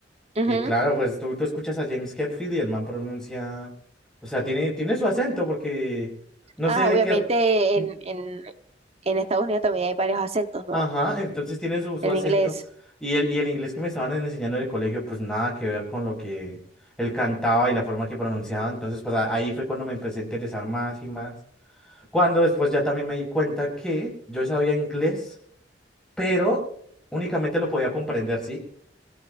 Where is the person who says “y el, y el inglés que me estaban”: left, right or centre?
Centre